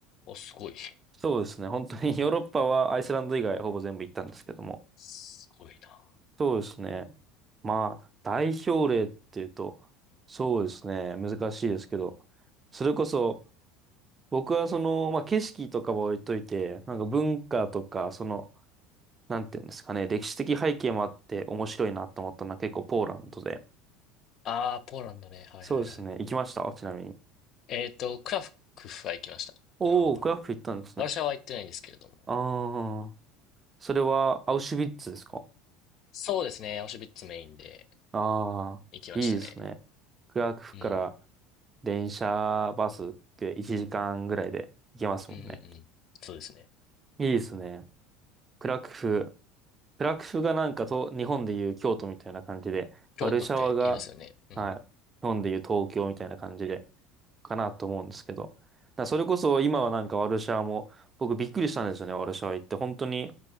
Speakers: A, on the left (about 50°); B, on the right (about 30°).
A: お、すごい。
B: そうですね。本当に <laughs> ヨーロッパはアイスランド以外ほぼ全部行ったんですけども。
A: すごいな。
B: そうですね。まあ、代表例っていうと、そうですね。難しいですけど、それこそ、僕はその、まあ景色とかは置いといて、なんか文化とか、その、なんていうんですかね、歴史的背景もあって面白いなと思ったのは結構ポーランドで。
A: ああ、ポーランドね。はいはいはい。
B: そうですね。行きましたちなみに。
A: えっと、クラクフは行きました。
B: おー、
A: あの、
B: クラクフ行ったんですね。
A: ワルシャワは行ってないんですけれども。
B: ああ、それはアウシュビッツですか
A: そうですね。アウシュビッツメインで
B: ああー、
A: 行きましたね。
B: いいですね。クラクフから
A: うん。
B: 電車、バスって1時間ぐらいで行けますもんね。
A: うんうんうん。そうですね。
B: いいですね。クラクフ。クラクフがなんかと、日本でいう京都みたいな感じで、
A: 京都って言いますよね。
B: ワルシャワが、
A: うん。
B: はい、日本でいう東京みたいな感じで、かなと思うんですけど。だからそれこそ今はなんかワルシャワも、僕びっくりしたんですよね、ワルシャワ行って。本当に、